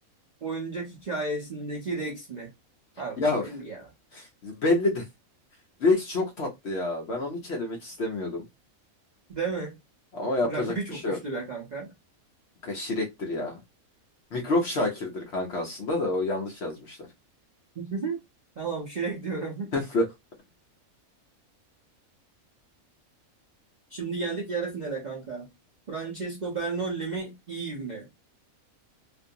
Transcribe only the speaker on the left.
Ya
belli de. Rex çok tatlı ya. Ben onu hiç elemek istemiyordum.
Ama yapacak
bir şey
yok.
Kanka Shrek'tir ya. Mikrop Şakir'dir kanka aslında da o yanlış yazmışlar.
<laughs>